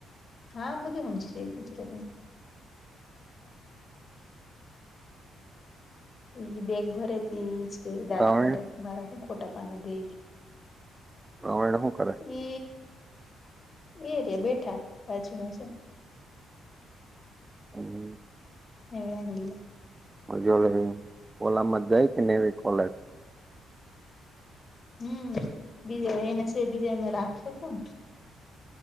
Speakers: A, on the left; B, on the right.
A: હા બધી સમજી ગુજરાતી- ઈ બેગ ભરે ત એજ કે દાંત
B: પ્રવીણ
A: કાઢે મારા શું ખોટા પાના બેગ.
B: રમાણ હું કરારે
A: એ એરિયા બેઠા રાજુમાં છે.
B: હમ,
A: નવીલા
B: મજ લ ઓલામાં જાય કે નનેવી કોલે
A: હમ બીજા એને શ બીજા અમે રાખ્યો કોને